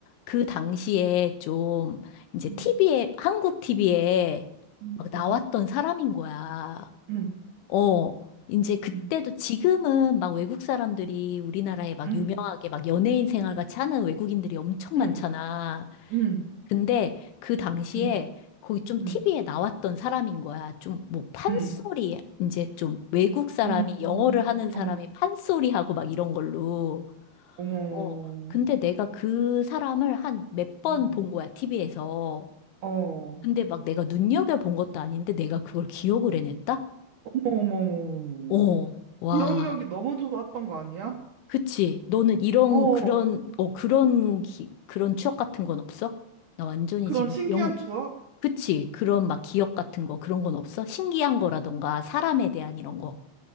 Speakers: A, on the left; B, on the right.
A: 그 당시에 좀 이제
B: 음,
A: 티비에 한국 TV에
B: 음,
A: 막 나왔던
B: 음,
A: 사람인 거야.
B: 음,
A: 어, 이제 그때도
B: 음.
A: 지금은 막 외국 사람들이 우리나라에 막
B: 음,
A: 유명하게 막 연예인 생활 같이 하는 외국인들이 엄청 많잖아.
B: 음, 음,
A: 근데 그 당시에
B: 음,
A: 거기 좀
B: 음,
A: TV에 나왔던 사람인 거야. 좀 뭐 판소리,
B: 음,
A: 이제 좀 외국 사람이
B: 음,
A: 영어를
B: 음.
A: 하는 사람이
B: 어머,
A: 판소리 하고 막 이런 걸로.
B: 어머,
A: 어, 근데 내가 그 사람을 한 몇 번
B: 어,
A: 본 거야, TV에서.
B: 어, 어머,
A: 근데 막 내가 눈여겨본 것도 아닌데 내가 그걸 기억을 해냈다?
B: 어머, 어머, 어머.
A: 어, 와.
B: 기억력이 너무 좋았던 거 아니야?
A: 그치. 너는 이런,
B: 어,
A: 그런, 어, 그런, 기, 그런 추억 같은 건 없어? 나 완전히
B: 그런
A: 지금
B: 신기한
A: 영,
B: 추억?
A: 그치. 그런 막 기억 같은 거, 그런 건 없어? 신기한 거라던가, 사람에 대한 이런 거.